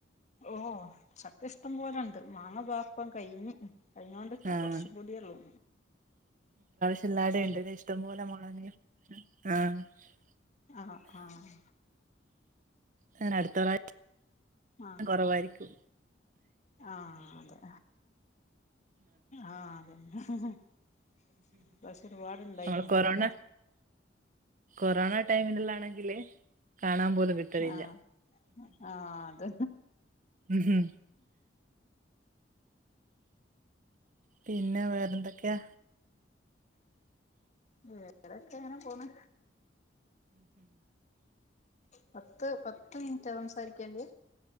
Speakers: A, on the left; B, on the right.
A: ഓഹ് ചക്ക ഇഷ്ടം പോലെയോണ്ട് മാങ്ങ ദാ ഇപ്പൊ കഴിഞ്ഞ് കഴിഞ്ഞോണ്ട് നിക്കണ്ണ്
B: ആഹ്
A: കൊറച്ചുംകൂടിയേ ഉള്ളൂ
B: ചല്ലാടെ ഉണ്ട്ല്ല ഇഷ്ടംപോലെ മുോളന ആ <unintelligible>
A: ആഹ് ആഹ്
B: അങ്ങനെ അടുത്ത പ്ര-
A: ആഹ്
B: കൊറവായിരിക്കും
A: ആഹ് അതെ ആഹ് അതെ ഇ പ്രാവശ്യം ഒരുപാട്ണ്ടായിനി
B: നമ്മള്
A: മാങ്ങാ
B: കൊറോണ കൊറോണ ടൈമില് ഇല്ലാണെങ്കില് കാണാൻ പോലും കിട്ടലില്ല
A: ആഹ് ആഹ് അത്
B: ഉം <inaudible> പിന്നെ വേറെന്തൊക്കെയാ
A: വേറെൊക്കെ ഇങ്ങനെ പോണ് പത്ത് പത്ത് മിൻറ്റാ സംസാരിക്കേണ്ട്യെ